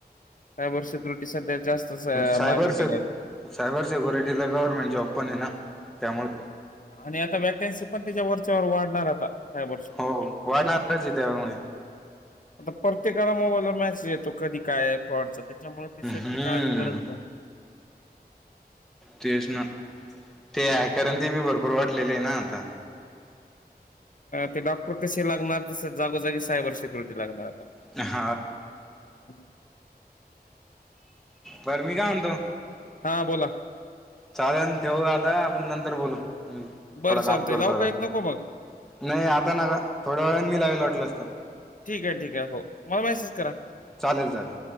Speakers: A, on the left; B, in the centre.
A: काय वर्ष त्रुटी सध्या जास्त
B: सायबर
A: मार्केटिंग
B: से
A: आहे
B: सायबर सेक्युरिटीला गव्हर्नमेंट जॉब पण आहे ना त्यामुळे
A: आणि आता वॅकन्सी पण त्याच्या वरच्यावर वाढणार आता सायबर सिक्युरिटी
B: हो वाढणारच आहे त्यामुळे
A: आता प्रत्येकाला मोबाईलवर मेसेज येतो कधी काय आहे फॉटचा त्याच्यामुळे ती सेफ्टी
B: हम्म
A: काळाची गरज नाही
B: तेच ना ते आहे कारण
A: हम्म.
B: ते बी भरपूर वाढलेले आहे ना आता
A: ते डॉक्टर कसे लागणार तस जागोजागी सायबर सेक्युरिटी लागणार
B: ह
A: हम्
B: बर म का म्हतो
A: हां बोला
B: चालेल ठेवू आता आपण नंतर बोलू थोडा
A: बरं चालतंय
B: काम करतो
A: लावू
B: आता
A: का एक नको मग
B: नाही आता नका थोड्या वेळने मी लागल वाटल असत
A: ठीक आहे ठीक आहे हो मला मेसेज करा
B: चालेल चालेल